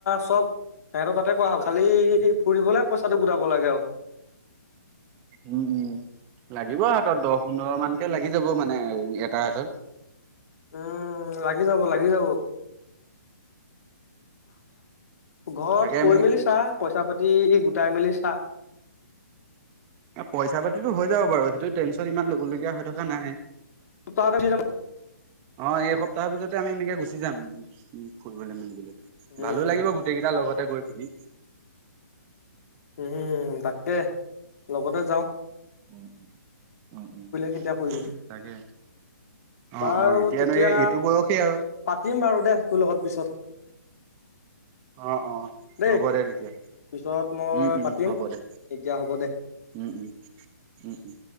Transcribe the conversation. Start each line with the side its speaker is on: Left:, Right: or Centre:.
Left: চব। সিহতো তাতে কোৱা হ'ল খালি ফুৰিবলে পইচাটো গোটাব লাগে আৰু।
Right: উম উম। লাগিব হাতত দহ পোন্ধৰ মানকে লাগি যাব মানে এটাৰ হাতত।
Left: উম লাগি যাব লাগি যাব। ঘৰত
Right: তাকে
Left: কৈ
Right: আমি
Left: মেলি চা, পইচা পাতি এই গোটাই মেলি চাহ।
Right: পইচা পাতিতো হৈ যাব বাৰু সেইটো টেনচন ইমান লবলগীয়া হৈ থকা নাই।
Left: ক তি যান <unintelligible>
Right: অ এই সপ্তাহৰ ভিততে আমি এনেকে গুচি যাম উ ফুৰিবলৈ মেলিবলৈ।
Left: উম
Right: ভালো লাগিব গোটেই কেইটাৰ লগতে গৈ পিনি।
Left: উম তাকে লগতে যাও।
Right: উম উ উম উম
Left: কেতিয়া ফুৰিবি
Right: তাকে। অ
Left: বাৰু
Right: অ এতিয়ানো
Left: তেতিয়া
Right: এই এইটো বয়সেই আৰু
Left: পাতিম বাৰু। দে তোৰ লগত পিছত।
Right: অ অ
Left: দেই
Right: হ'ব দে তেতিয়া।
Left: পিছত মই
Right: উম উম
Left: পাতিম
Right: হ'ব দে
Left: এতিয়া হ'ব দে
Right: উম উম উম উম।